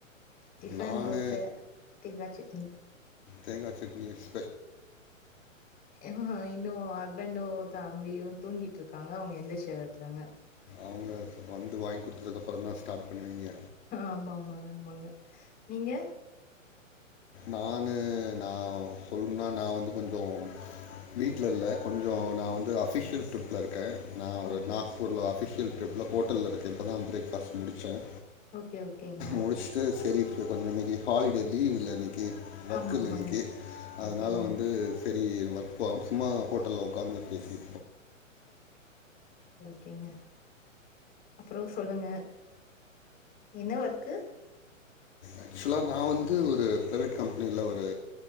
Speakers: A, on the left; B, on the left.
A: டிஃபன்
B: நான்
A: தோசை தேங்காய் சட்னி
B: தேங்கா சட்னிஸ்
A: இன்னும் இன்னும் அது ஹஸ்பண்டும் தம்பியும் தூங்கிட்டு இருக்காங்க அவு ங்க எந்திரிச்சதிற்கு அப்புறம்தாங்க
B: அவுங்க வந்து வாங்கி கொடுத்ததுக்க அப்புறம் தான் ஸ்டார்ட் பண்ணுவீங்க
A: ஆமா ஆமாங்க ஆமாங்க நீங்க
B: நானு நான் சொல்லணும்ன்னா நான் வந்து கொஞ்சம் வீட்ல இல்ல கொஞ்சோ நான் வந்து அஃபிஷியல் ட்ரிப்பில இருக்கேன் நான் ஒரு
A: ஓகே
B: நாக்பூர்ல அஃபிஷியல் ட்ரிப்ல ஹோட்டல்ல இருக் கேன் இப்பதான் பிரேக்ஃபாஸ்ட் முடிச்சேன்
A: ஓகே ஓகேங்க
B: முடிச்சுட்டு செரி கொஞ்சம் இன்னைக்கு ஹாலிடே லீவ்வுல இன்னைக்கு
A: ஆமா
B: ஒர்க் இல்ல
A: ஆமாங்க
B: இனைக்கு
A: ஓகேங்க
B: அதனால வந்து செரி ஒர்க் போம் சும்மா ஹோட்டல்ல உட் காந்து பேசி
A: ஓக்கேங்க அப்புறம் சொல்லுங்க என்ன ஒர்க்கு
B: ஆக்சுவலா நான் வந்து ஒரு ப்ரைவேட் கம்பெனியில ஒரு